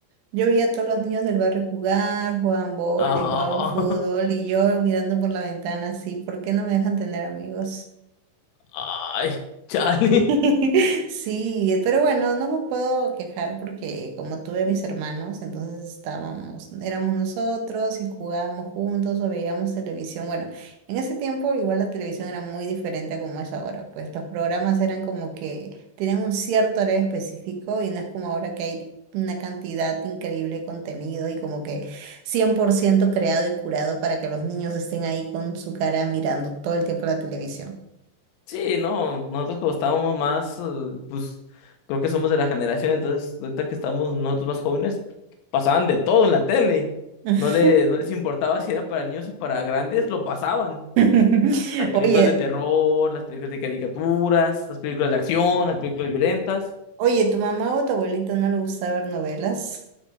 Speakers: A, on the right; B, on the left.
A: yo veía a todos los niños del barrio jugar, jugaban vóley,
B: Ah,
A: jugaban fútbol y yo mirando por la ventana así, ¿por qué no me dejan tener amigos?
B: <laughs> ay, Charlie.
A: <laughs> Sí, pero bueno, no me puedo quejar porque como tuve a mis hermanos, entonces estábamos, éramos nosotros y jugábamos juntos o veíamos televisión. Bueno, en ese tiempo igual la televisión era muy diferente a como es ahora, pues los programas eran como que tenían un cierto horario específico y no es como ahora que hay una cantidad increíble de contenido y como que 100% creado y curado para que los niños estén ahí con su cara mirando todo el tiempo la televisión.
B: Sí, no, nosotros como estábamos más, eh, pues creo que somos de la generación, entonces ahorita que estamos nosotros más jóvenes, pasaban de todo en la tele.
A: <laughs>
B: No le, no les importaba si era para niños o para grandes, lo pasaban.
A: <laughs>
B: Las películas
A: Oye,
B: de terror, las películas de caricaturas, las películas de acción, las películas violentas.
A: Oye, ¿tu mamá o tu abuelita no le gustaba ver novelas?